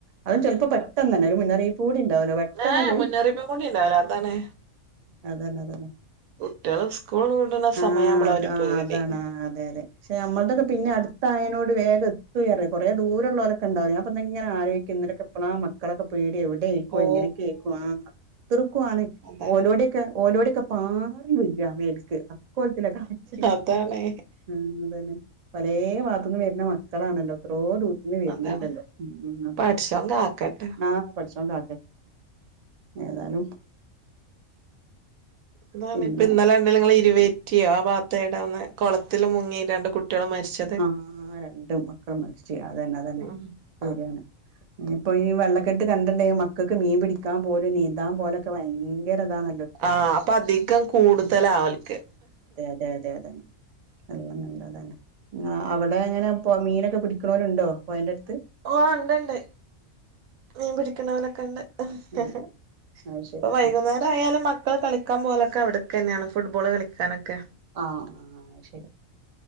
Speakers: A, on the right (about 70°); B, on the right (about 85°).
A: അതും ചെലപ്പോ പെട്ടെന്ന് തന്നെ ഒരു മുന്നറിയിപ്പ് കൂടി ഉണ്ടാവൂല. പ്പെട്ടന്നെട്
B: ഏ മുന്നറിയിപ്പും കൂടി ഉണ്ടാവില്ല അതാണ്
A: അതന്നെ അതന്നെ
B: കുട്ടികള് സ്കൂൾ വിടുന്ന സമയാവുമ്പളാ
A: ആഹ അത്
B: ഒരു
A: ആ
B: പേടി
A: അതാണ് ആ അതെ അതെ പക്ഷെ നമ്മള് തൊക്കെ പിന്നെ അടുത്തായേനോട് വേഗം എത്തുയറിയ കുറെ ദൂര ഉള്ളോരൊക്കെ ഒക്കെ ഇണ്ടാവും ഞാൻ പ്പങ്ങനെ ആലോയിക്കേനി ഇന്നലെ ഒക്കെ എപ്പളാ മ മക്കളൊക്കെ പേടി എവിടെയേക്കും
B: ഓ
A: എങ്ങനെക്കേയ്ക്കും ഏ അത്രക്കു ആണ്
B: അതാണ്
A: ഓലോടെ ക്കെ ഓലോടൊക്കെ പാറി വിക മേൽക്ക് അക്കോലത്തിലാ കാറ്റ്
B: അതാണ്
A: ഉം അതന്നെ പല വാത്തുന്നും വര്ന മക്കളാണല്ലോ എത്രോ ദൂ ഇന്ന് വെര്ന്നിണ്ടല്ലോ
B: അതാണ്
A: ഉം
B: പടച്ചോൻ
A: <inaudible>
B: കാക്കട്ടെ
A: ആഹ് പടച്ചോൻ കാ <unintelligible> ഏതാലും
B: അതേ മാരി
A: പിന്നെ
B: ഇപ്പിന്നലെ കണ്ടില്ലേ നിങ്ങള് ഇരുവേറ്റിയോ ആ ഭാഗത്തേടെ ഒന്ന് കൊളത്തില് മുങ്ങി രണ്ട് കുട്ടികള് മരിച്ച്
A: ആഹ് രണ്ടും മക്കളും മരിച്ച് അതന്നെ അതന്നെ
B: ഉം
A: ശരിയാണ് ഇനിപ്പൊ ഈ വെള്ളക്കെട്ട് കണ്ടിണ്ടെങ്കി മക്കക്ക് മീൻ പിടിക്കാൻ പോവലും നീന്താൻ പോവലൊക്കെ ഭയങ്കര ഇതാണ
B: ആഹ് അപ്പ അധികം കൂടുതലാവൽക്ക്
A: അതെ അതെ അതന്നെ നല്ല നല്ല അതന്നെ ആഹ് അവിടെ എങ്ങനെ പൊ മീനൊക്കെ പിടിക്കണോലിണ്ടോ പൊഴേന്റടുത്ത്?
B: ഓഹ് ഇണ്ടിണ്ട് മീൻ പിടിക്കണവലക്കെണ്ട്
A: ആഹ്
B: ഇപ്പൊ
A: അത് ശരി
B: വൈകുന്നേ രായാലും മക്കള് കളിക്കാൻ പോവലൊക്കെ അവിടെ തന്നെയാണ് ഫുട്ബോള് കളിക്കാനൊക്കെ
A: ആഹ് ആഹ് അത്‌ ശെരി